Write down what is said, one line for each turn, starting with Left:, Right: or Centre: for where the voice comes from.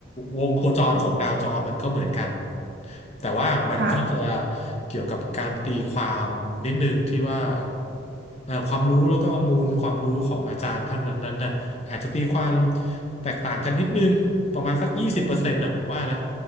Left: วงโคจรของดาวจรมันก็เหมือนกัน
Right: อืม
Left: แต่ว่ามันก็จะ
Right: ค่ะ
Left: เกี่ยวกับการตีความนิดนึงที่ว่าเอ่อความรู้แล้วก็มูลความรู้ของอาจารย์ท่านนั้นๆน่ะอาจจะตีความแตกต่างกันนิดนึงประมาณสักยี่สิบเปอร์เซ็นต์น่ะผมว่านะ